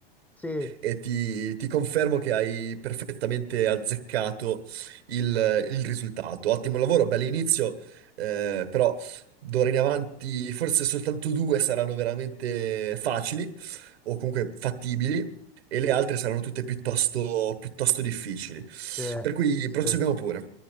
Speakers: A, in the centre; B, on the right.
A: Sì, eh,
B: E ti, ti confermo che hai perfettamente azzeccato il, il risultato. Ottimo lavoro, bell'inizio, eh, però d'ora in avanti forse soltanto due saranno veramente facili o comunque fattibili e le altre saranno tutte piuttosto, piuttosto difficili.
A: sì,
B: Per cui
A: sì,
B: proseguiamo
A: sì.
B: pure.